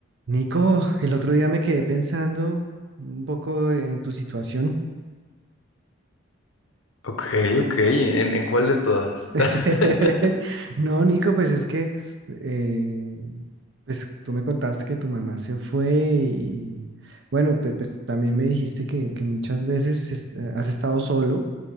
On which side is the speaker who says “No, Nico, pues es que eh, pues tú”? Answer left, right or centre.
Right